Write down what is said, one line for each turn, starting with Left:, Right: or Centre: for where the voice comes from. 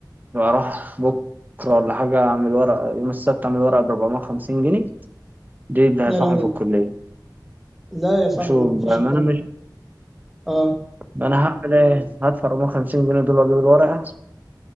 Right: بكره ولا حاجه اعمل ورقه يوم السبت اعمل ورقه ب 450 جنيه دي اللي هدفعهم
Centre: يا لهوي
Right: في الكليه
Centre: لا يا صاحبي
Right: بشوف
Centre: ما
Right: بقى،
Centre: فيش
Right: ما
Centre: الكلام
Right: انا مش
Centre: ده اه
Right: ما انا هعمل ايه هدفع 450 جنيه دول واجيب الورقه